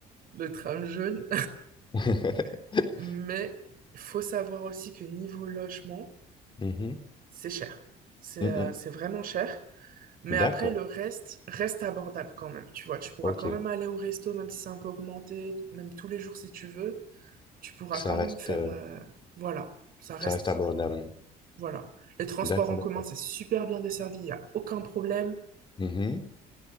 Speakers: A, on the right; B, on the left.
A: le tram jaune.
B: <laughs>
A: <laughs> Mais il faut savoir aussi que niveau logement,
B: Mhm.
A: c'est cher. C'est
B: Mm,
A: euh,
B: mm.
A: c'est vraiment cher. Mais
B: D'accord,
A: après, le reste reste abordable quand même. Tu vois, tu pourras
B: ok.
A: quand même aller au resto, même si c'est un peu augmenté, même tous les jours si tu veux. Tu pourras
B: Ça
A: quand
B: reste,
A: même faire.
B: euh,
A: euh, voilà, ça reste.
B: ça reste abordable.
A: Voilà. Les transports
B: D'accord,
A: en
B: d'accord.
A: commun, c'est super bien desservi, il n'y a aucun problème.
B: Mhm.